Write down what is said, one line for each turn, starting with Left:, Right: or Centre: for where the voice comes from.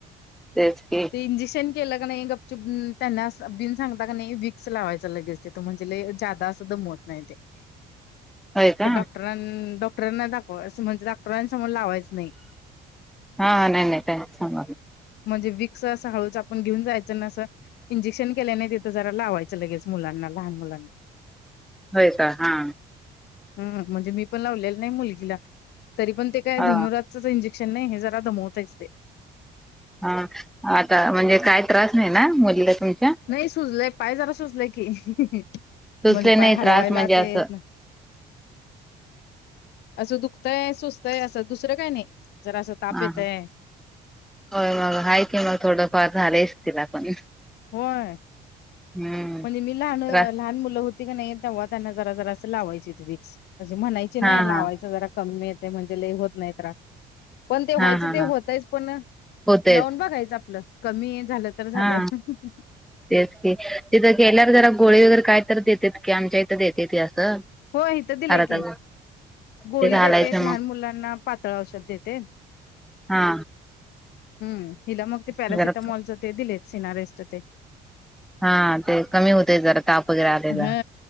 Centre: तेच की.
Left: ते इंजेक्शन केलं का नाही गपचुप त्यांना बिन सांगता का नाही विक्स लावायचं लगेच त म्हणजे ज जादा असं दमवत नाही ते
Centre: होय का
Left: ते डॉक्टरां डॉक्टरांना दाखवा असं म्हणजे डॉक्टरां समोर लावायचं नाही.
Centre: हा न नाही त्यां सां
Left: म्हणजे विक्स असं हळूच आपण घेऊन जायचं ना असं इंजेक्शन केल्या नाही तथं जरा लावायचं. लगेच मुलांना लहान मुलांना
Centre: होय का हा
Left: हम म्हणजे मी पण लावलेलं नाही मुलगीला तरी पण ते काय
Centre: ह
Left: धनुरावाद इंजेक्शन नाही हे जरा दमवताच ते
Centre: हा आता म्हणजे काय त्रास नाही ना मुलीला तुमच्या
Left: नाही सुजलंय पाय जरा सुजलेय की म्हणजे
Centre: सुचले नाही
Left: पाय हलवायला
Centre: त्रास म्हणजे असं
Left: तेेत ना, असं दुखतंय सुचतंय असं दुसरं काय नाही जर असं ताप
Centre: हा
Left: येतय.
Centre: होय मग आहेा कि मग थोडंफार झालंच तिला पण
Left: होय
Centre: हम्म
Left: म्हणजे मी लहान
Centre: त्रास
Left: लहान मुलं होती. नाही तेव्हा त्यांना जरा जरा असं लावायचे विक्स असे म्हणायचे नाही
Centre: हा
Left: लावायचं
Centre: हा
Left: जरा कमी येते म्हणजे ले होत नाही त्रास पण ते व्हायचं
Centre: हा हा
Left: ते होतयच
Centre: हा
Left: पण
Centre: होतयच
Left: लावून बघायचं आपलं कमी झालं.
Centre: हा
Left: ह
Centre: तेच की तिथं केल्यावर जरा गोळी वगैरे काय तर देतेत की आमच्या इथं देते असं.
Left: हो इथं दिलंय
Centre: अर्धा
Left: की, गोळी
Centre: ते घालायचं
Left: देते लहान
Centre: मग
Left: मुलांना पातळ औषध देते.
Centre: हा
Left: हम्म हिला मग ते पॅरासिटामॉलच
Centre: जरा
Left: ते दिले सिनारेस्ट ते
Centre: हा ते कमी होते जरा ताप वगैरे आलेला
Left: हा